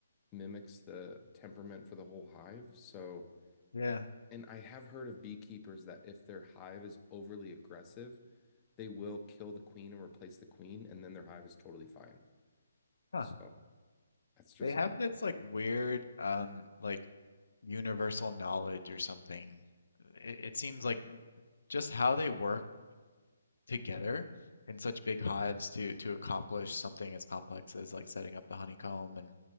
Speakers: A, on the left (about 20°); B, on the left (about 80°).
A: mimics the temperament for the whole hive. So,
B: Yeah.
A: and I have heard of beekeepers that if their hive is overly aggressive, they will kill the queen and replace the queen, and then their hive is totally fine.
B: Huh.
A: So that's just
B: They have
A: how it
B: this
A: goes
B: like
A: sometimes.
B: weird um like universal knowledge or something. It, it seems like just how they work together in such big hives to to accomplish something as complex as like setting up the honeycomb and